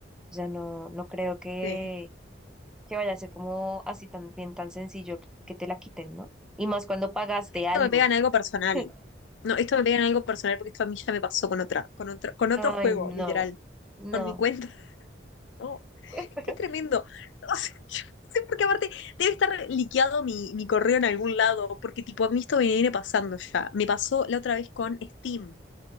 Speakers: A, in the centre; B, on the left.
A: O sea, no, no creo que,
B: Sí.
A: que vaya a ser como así tan bien, tan sencillo que que te la quiten, ¿no? Y más cuando pagaste
B: Esto
A: algo.
B: me pega en algo personal.
A: <laughs>
B: No, esto me pega en algo personal porque esto a mí ya me pasó con otra, con otro, con otro
A: Ay,
B: juego,
A: no,
B: literal,
A: no,
B: con mi cuenta. <laughs> No, es
A: pero
B: que es tremendo. <laughs> O sea, yo no sé por qué aparte debe estar liqueado mi, mi correo en algún lado, porque tipo a mí esto me viene pasando ya. Me pasó la otra vez con Steam.